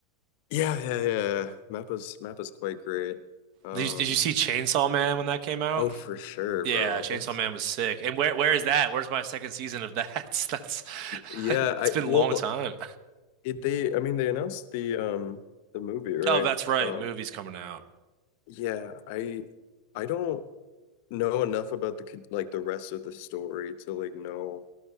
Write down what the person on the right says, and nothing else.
Did you, did you see Chainsaw Man when that came out?
Yeah,
Chainsaw
Man was sick. And where where is that? Where's my second season of that? <laughs> That's <laughs>
it's
been a
long time.
Oh, that's right.
Movie's coming out.